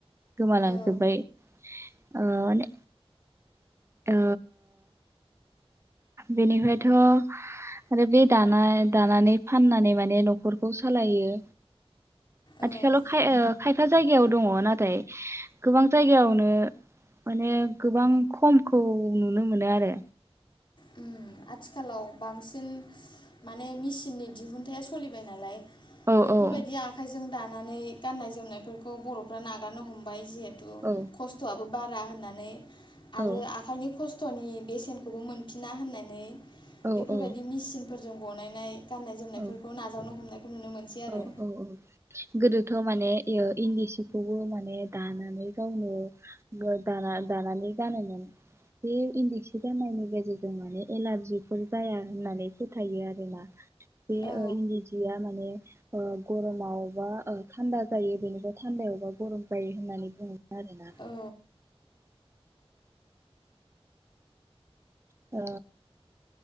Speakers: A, on the right; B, on the left.
A: गोमालांजोब्बाय।
B: औ
A: ओ माने ओ बेनिफ्रायथ'आरो बे दाना दानानै फाननानै माने न'खरखौ सालायो। आथिखालाव
B: औ औ
A: खाय ओ खायफा जायगायाव दङ नाथाय गोबां जायगायावनो माने गोबां खमखौ नुनो मोनो आरो।
B: उम आथिखालाव बांसिन माने मेसिननि दिहुनथाया सलिबाय नालाय।
A: औ
B: बेफोरबायदि
A: औ
B: आखाइजों दानो नानै गाननाय जोमनायफोरखौ बर' फ्रा नागारनो हमबाय जिहेथु
A: औ
B: खस्थ'आबो बा भ्रा होननानै आरो
A: औ
B: आखाइनि खस खस्थ'नि बेसेनखौबो मोन फिना होननानै
A: औ
B: बेफोरबायदि मेचिन। फोरजों बनायनाय। गाननाय जोमनायफोरखौ
A: औ
B: नाजावनो हमनायखौ नुनो मोनसै। आरो
A: औ औ औ गोदो। बेथ' माने इन्दि सिखौबो माने दानानै गावनो दाना दानानै गानोमोन बे इन्दि सि गाननायनि गेजेरजों माने एलारजिफोर जाया होननानै फोथायो आरोना बे
B: औ
A: इन्दि सिया माने ओ गरमावबा ओ थान्दा जायो बेनिफ्राय थान्दायावबा गरम जायो होननानै बुङोन आरोना।
B: औ
A: औ।